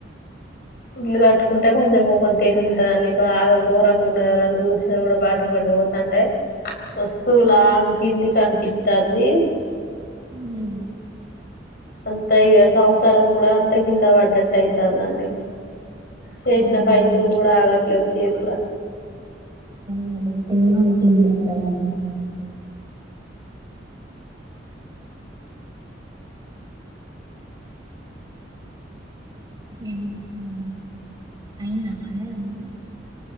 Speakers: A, on the left (about 55°); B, on the right (about 20°).
A: ఇల్లు కట్టుకుంటే కొంచెం ముఖం తిరు ఉంటంది అన్ని బాగా ఘోరంగా ఉన్నదిరా ఎవరన్న చూసినా కూడా బాట పోత అంటే వస్తువు లాంగ్ కిందకి అనిపిస్తోంది
B: ఉ
A: అంత ఇక సంసారం కూడా అంత కింద పడ్డట్టు అయితాందండి చేసిన
B: అవునండి
A: పైసలు కూడా ఆగట్లేదు చేతుల
B: మడి తిన్నకి మఆ <inaudible> ఏం చేస్తున్నారు అందరూ అయిందా మరి అండి